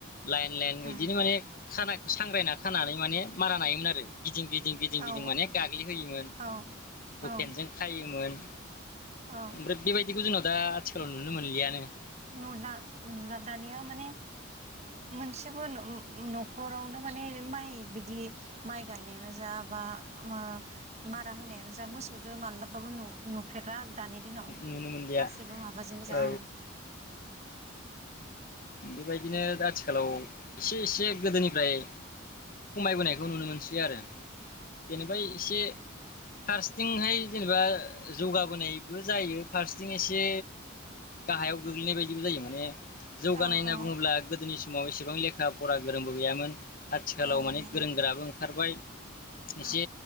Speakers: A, on the left; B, on the right.
A: लाइन लाइन
B: उम
A: इदिनो माने खाना सांग्रायना खानानै माने माराम नायोमोन आरो गिदिं गिदिं गिदिं
B: औ
A: गिदिं माने गाग्लिहोयोमोन
B: औ
A: बुकेनजों
B: औ
A: खायोमोन।
B: औ
A: ओफ्राय बेबायदिबो जोंनाव दा आथि थ' नुनो मोनलियानो।
B: नुला नुला दानिया माने मोनसेबो नु उ न'खरावनो माने माइ बिदि माइ गायनायानो जा बा ओ मारा होनायानो जा मोसौदो माब्लाबाबाबो नु नुफेरा दानि दिनाव
A: नुनो मोनलिया
B: गासैबो माबाजों गोजा
A: औ
B: ओं
A: बेबायदिनो दा आथिखालाव एसे एसे गोदोनिफ्राय खमायबोनायखौ नुनो मोनसै आरो। बेेनिफाय एसे फारसेथिंहाय जेनेबा जौगाबोनायबो जायो फारसेथिं एसे गाहायाव गोग्लैनाय बायदिबो जायो माने जौगानाय
B: औ
A: होनना
B: औ
A: बुङोब्ला गोदोनि समाव एसेबां लेखा फरा गोरोंबो गैयामोन। आथिखालाव
B: औ
A: माने
B: मेम
A: गोरों गोराबो ओं खारबाय एसे
B: औ